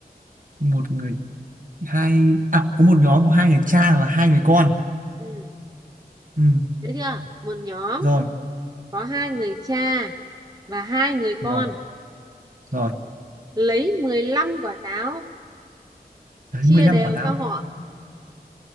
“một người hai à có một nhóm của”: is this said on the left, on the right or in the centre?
Right